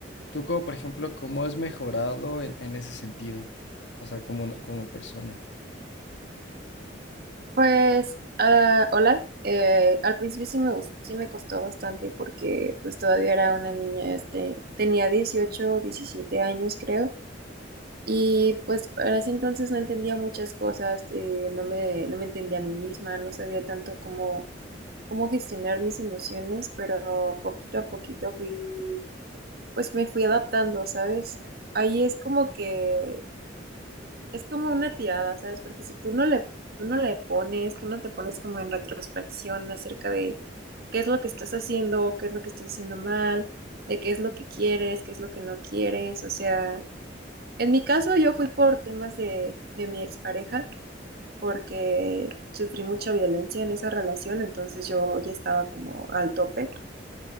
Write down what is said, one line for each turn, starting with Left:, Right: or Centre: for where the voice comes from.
Left: Tú como, por ejemplo, ¿cómo has mejorado en, en ese sentido? O sea, como, una- como persona.
Right: Pues, ah, hola. Eh, al principio sí me, gus- sí me costó bastante porque pues todavía era una niña, este, tenía 18, 17 años creo, y pues para ese entonces no entendía muchas cosas, eh, no me, no me entendía a mí misma, no sabía tanto cómo, cómo gestionar mis emociones, pero poquito a poquito fui, pues me fui adaptando, ¿sabes? Ahí es como que es como una tirada, ¿sabes? Porque si tú no le, tú no le pones, tú no te pones como en retrospección acerca de qué es lo que estás haciendo, qué es lo que estás haciendo mal, de qué es lo que quieres, qué es lo que no quieres. O sea, en mi caso yo fui por temas de, de mi expareja porque sufrí mucha violencia en esa relación, entonces yo ya estaba como al tope.